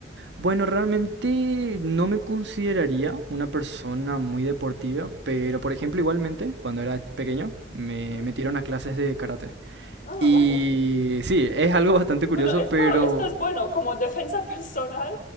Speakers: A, on the right; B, on the left.
A: Bueno, realmente no me consideraría una persona muy deportiva, pero por ejemplo, igualmente, cuando era pequeño, me
B: Ujú.
A: metieron a clases de karate.
B: Ah,
A: Y
B: vale.
A: sí, es algo bastante curioso,
B: Bueno, esto,
A: pero
B: esto es bueno, como defensa <laughs> personal.